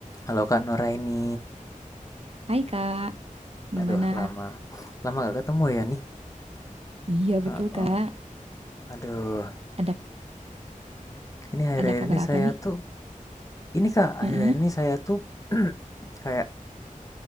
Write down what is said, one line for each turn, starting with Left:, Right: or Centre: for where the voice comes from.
Left: Halo Kak Nuraini.
Right: Hai Kak, gimana?
Left: Aduh, lama. Lama gak ketemu ya nih.
Right: Iya
Left: Heeh.
Right: betul Kak.
Left: Aduh,
Right: Ada
Left: ini akhir-akhir
Right: ada kabar
Left: ini saya
Right: apa nih?
Left: tuh, ini Kak,
Right: Heeh,
Left: akhir-akhir ini saya tuh <clears throat> kayak